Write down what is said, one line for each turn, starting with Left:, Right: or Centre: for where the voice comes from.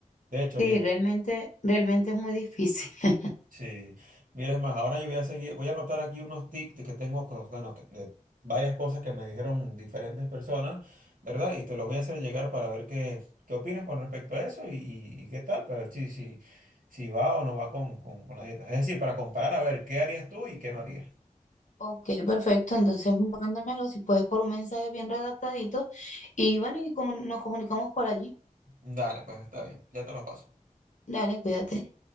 Right: De hecho,
Left: Sí,
Right: mira,
Left: realmente, realmente es muy difícil. <laughs>
Right: sí, mira, es más, ahora yo voy a seguir, voy a anotar aquí unos tips que tengo, con- bueno, que- de varias cosas que me dijeron diferentes personas, ¿verdad? Y te los voy a hacer llegar para ver qué, qué opinas con respecto a eso y, y- y qué tal, para ver si, si, si va o no va con, con, con la dieta. Es decir, para comparar a ver qué harías tú y qué no harías.
Left: Ok, perfecto. Entonces, mándamelo si puedes por un mensaje bien redactadito. Y bueno, y como nos comunicamos por allí.
Right: Dale, pues está bien, ya te los paso.
Left: Dale, cuídate.